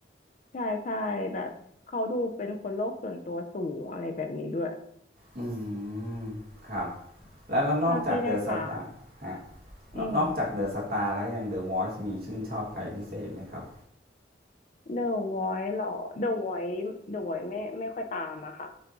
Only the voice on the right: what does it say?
อืมครับแล้วแล้วนอกจากเดอะสตาร์ฮะ
นอกจากเดอะสตาร์แล้วยังเดอะวอยซ์มีชื่นชอบใครพิเศษไหมครับ